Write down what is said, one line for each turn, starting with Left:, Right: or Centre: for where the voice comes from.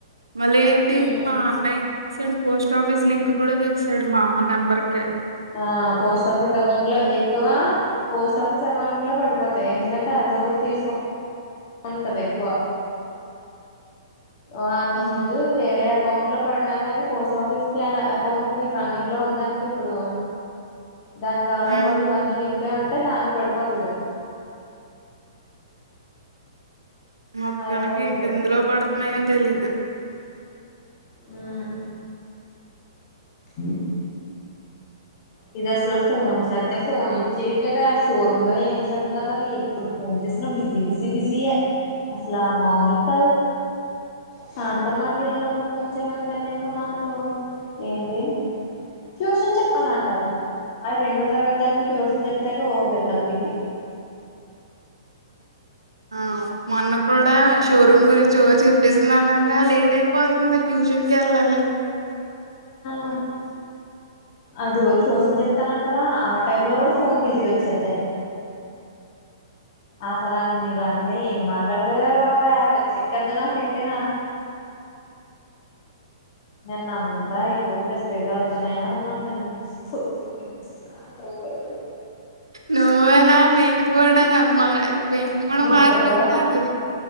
Right: మళ్ళీ ఏంటి
Left: హ్మ్
Right: మా online side post office link కూడా చేస్తాడు మా అమ్మ నెంబర్క
Left: ఆ పోస్ట్ ఆఫీస్ అకౌంట్ లో ఎక్కువ పోస్ట్ ఆఫీస్ అకౌంట్ లో పడిపోథాయ్ ఎందుకంటే అదోక్కటి తీసుకోవ ఉంటది ఎక్కువ ఆ అంతకు
Right: ఉమ్
Left: ముందు వేరే అకౌంట్ లో పడినా గాని పోస్ట్ ఆఫీస్ కే అకౌంట్ మీరు రన్నింగ్ లో ఉందనికి ఇప్పుడు దానికి ఆధార్
Right: ఉమ్
Left: కార్డు ఇవన్నీ లింక్ అయ్ ఉంటాయి దానికి పడిపోతుంది
Right: మొత్తానికి
Left: అకౌంట్
Right: ఇంకెందులో
Left: లోకి
Right: పడుతున్నాయో తెలీదు
Left: హ్మ్ మ్ ఇది అసలు ఫోన్ చేస్తతే ఫోన్ లిఫ్ట్ చేయట్లేదు ఆ షోరూమ్ లో ఏం చేస్తుంద కానీ ఇప్పుడు ఫోన్ జెస్నా బిజీ బిజీ బిజీయే అసలా మామలు కాదు సంతా మార్ట్ లు వెళ్ళినప్పుడు ఫోన్ చేయమంటేనేమో నాకు ఏంటి ట్యూషన్ చెప్పాలంటది ఆ రెండో తరగతి దానికి ట్యూషన్ చెప్తాకి ఓ బిల్డప్ ఇది
Right: ఆ మొన్న కూడా షోరూమ్ గురించి ఓ చెప్పేసింది అన్ననగా లేట్ అయిపోతుంది ట్యూషన్కి వెళ్ళాలి
Left: ఆ అదిగో ట్యూషన్ చెప్తానం కదా ఆ టైమ్ లో కూడా ఫోన్ బిజీ వచ్చది అసలు అన్నీ దాంట్లో ఏం మాట్లాడుతదే బాబ పిచ్చ ఎక్కేతద్ది నాకైతేను నిన్న అంతా ఎక్కువ ఫ్రస్టేట్ అవుతనే ఉన్నాను నేను పొద్దుటి నుండి సాయంత్రం ఫ్రం వర్క్
Right: నువ్వేనా నేను కూడా మా పపేరు కూడా
Left: నిద్ర
Right: మారిపోయింది
Left: కూడా
Right: నా ది